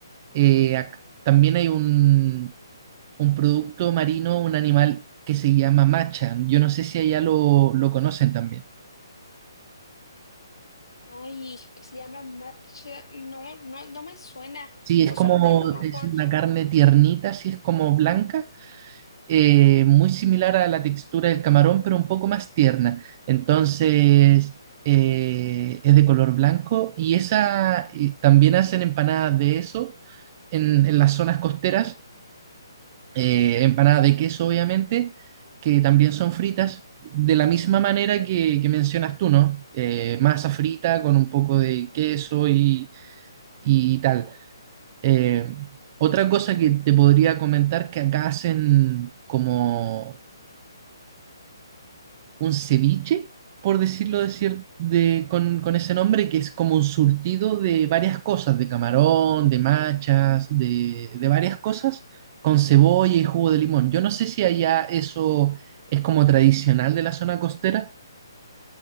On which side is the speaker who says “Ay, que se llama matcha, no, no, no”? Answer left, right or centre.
Left